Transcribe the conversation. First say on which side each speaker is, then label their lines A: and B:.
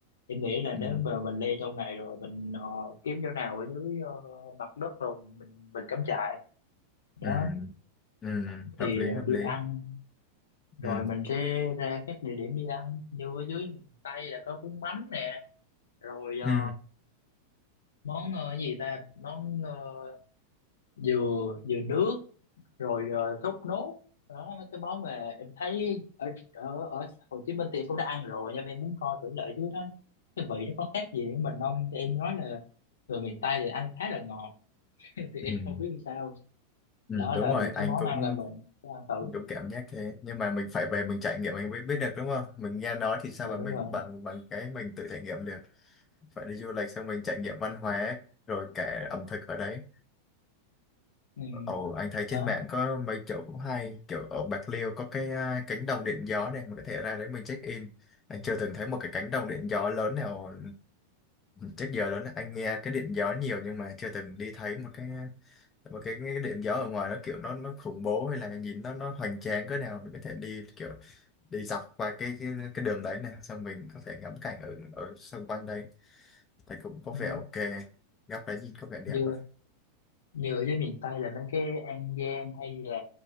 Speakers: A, on the left; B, on the left.
A: em nghĩ là
B: Ừ.
A: nếu mà mình leo trong ngày rồi mình ờ, kiếm chỗ nào ở dưới ờ, mặt đất rồi mình mình, mình cắm trại đó
B: Ừ. Ừ. hợp
A: thì
B: lý
A: ờ,
B: hợp
A: đi
B: lý
A: ăn rồi
B: ừ.
A: mình sẽ ra các địa điểm đi ăn như ở dưới miền Tây là có bún mắm nè rồi ờ,
B: Ừ.
A: món ờ, gì ta món ờ, dừa dừa nước rồi ờ, thốt nốt đó mấy cái món mà em thấy ở ở ở Hồ Chí Minh thì em cũng đã ăn rồi nhưng mà em muốn coi thử lại chứ đó cái vị nó có khác gì với mình không Thì em nói là người miền Tây thì ăn khá là ngọt <laughs> thì em
B: Ừ.
A: không biết làm sao
B: Ừ.
A: đó
B: đúng
A: là
B: rồi
A: những
B: anh
A: cái món
B: cũng
A: ăn là mình sẽ ăn thử
B: đúng cảm giác thế nhưng mà mình phải về mình trải nghiệm mình mới biết được đúng không mình nghe nói thì sao
A: dạ
B: mà mình
A: đúng rồi
B: bằng bằng cái mình tự trải nghiệm được phải đi du lịch xong mình trải nghiệm văn hóa rồi cả ẩm thực ở đấy
A: ừ.
B: Ồ, anh thấy trên
A: đó
B: mạng có mấy chỗ cũng hay kiểu ở Bạc Liêu có cái à, cánh đồng điện gió này mình có thể ra đấy mình check in anh chưa từng thấy một cái cánh đồng điện gió lớn nào trước giờ lớn anh nghe cái điện gió nhiều nhưng mà chưa từng đi thấy một cái mà cái, cái điện gió ở ngoài nó kiểu nó nó khủng bố hay là nhìn nó nó hoành tráng cỡ nào mình có thể đi kiểu đi dọc qua cái cái, cái đường đấy này xong mình có thể ngắm cảnh ở ở xung quanh đấy thì cũng có
A: ừ.
B: vẻ ok góc đấy nhìn có vẻ đẹp
A: dưa
B: á
A: như ở dưới miền Tây là mấy cái An Giang hay là